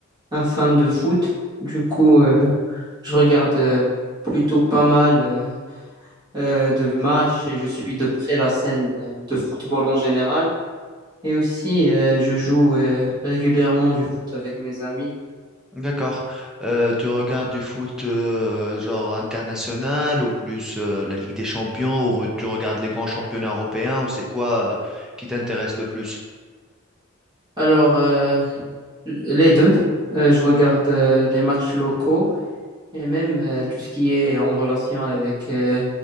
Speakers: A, on the right; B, in the centre.
A: un fan de foot. Du coup, euh, je regarde euh, plutôt pas mal euh, euh, de matchs et je suis de près la scène euh, de football en général. Et aussi, euh, je joue euh, régulièrement du foot avec mes amis.
B: Mhm, d'accord. Euh, tu regardes du foot euh, genre international ou plus euh, la Ligue des Champions ou re- tu regardes les grands championnats européens ou c'est quoi euh, qui t'intéresse le plus?
A: Alors, euh, Les deux. Euh, je regarde euh, les matchs locaux et même euh, tout ce qui est en relation avec euh,